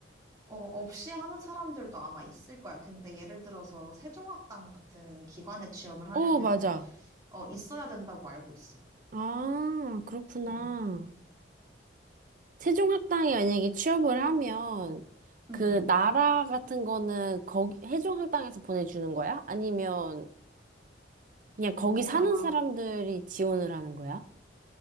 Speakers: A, on the right; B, on the right.
A: 어, 없이 하는 사람들도 아마 있을 거야. 근데 예를 들어서 세종학당 같은 기관에 취업을 하려면
B: 어, 맞아.
A: 어, 있어야 된다고 알고 있어.
B: 아, 그렇구나.
A: 응.
B: 세종학당에 만약에 취업을 하면
A: 응.
B: 그 나라 같은 거는 거기 세종학당에서 보내주는 거야? 아니면 그냥
A: 어,
B: 거기
A: 그게
B: 사는
A: 아마,
B: 사람들이 지원을 하는 거야?